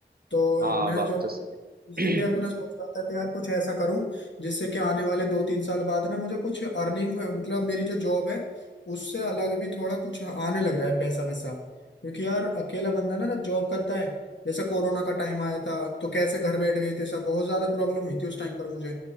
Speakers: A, on the left; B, on the right.
A: तो
B: हाँ
A: मैं
B: बात
A: जो
B: तो सही
A: इसीलिए
B: है <clears throat>
A: अपना सोच रहा था कि यार कुछ ऐसा करूं जिससे कि आने वाले दो तीन साल बाद ना मुझे कुछ अर्निंग मतलब मेरी जो जॉब है उससे अलग भी थोड़ा कुछ आने लग जाए पैसा वैसा क्योंकि यार अकेला बंदा ना जब जॉब करता है जैसे कोरोना का टाइम आया था तो कैसे घर बैठ गए थे सब बहुत ज्यादा प्रॉब्लम हुई थी उस टाइम पर मुझे